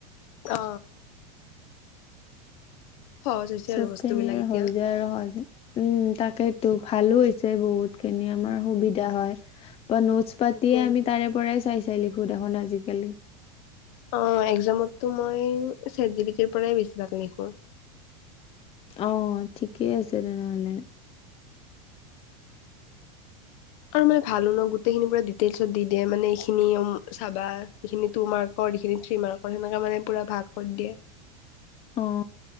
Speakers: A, on the left; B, on the left.
A: অ। সহজ হৈছে
B: চব
A: আৰু বস্তুবিলাক
B: খিনি আৰু
A: এতিয়া।
B: হৈ যায় আৰু সহজে। উম তাকেইতো ভালো হৈ যে বহুত খিনি আমাৰ সুবিধা হয়, বা নোটছ
A: সেইটোৱে।
B: পাতিয়ে আমি তাৰে- পৰাই চাই চাই লিখো দেখোন আজিকালি।
A: অ এক্সামতো মই ছেট জি বি টিৰ পৰাই বেছিভাগ লিখো।
B: অ ঠিকেই আছে তেনেহলে।
A: আৰু মানে ভালো ন গোটেইখিনি পুৰা ডিটেইলছত দি দিয়ে মানে এইখিনি চাবা এইখিনি তোমাৰ- কৰ এখিনি থ্ৰী মাৰ্কৰ হেনকা মানে ভাগ কৰি দিয়ে
B: অ